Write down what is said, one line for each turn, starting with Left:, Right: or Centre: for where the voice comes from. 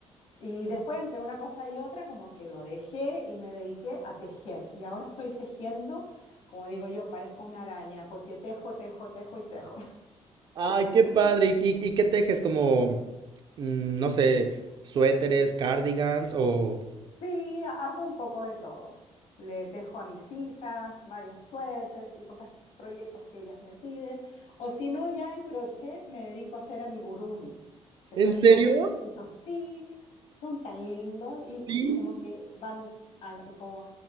Left: Y después entre una cosa y otra como que lo dejé y me dediqué a tejer. Y ahora estoy tejiendo, como digo yo, parezco una araña porque tejo, tejo, tejo y tejo.
Right: Ay, qué padre. ¿Y, y- y qué tejes? Como, mm, no sé, suéteres, cardigans o...
Left: Sí, ha- hago un poco de todo. Le tejo a mis hijas varios suéteres y cosas, proyectos que ellas me piden. O si no, ya en crochet me dedico a hacer amigurumi, que
Right: ¿En
Left: son
Right: serio?
Left: estos muñequitos. Sí, son tan lindos y,
Right: Sí.
Left: y como que van, a- como,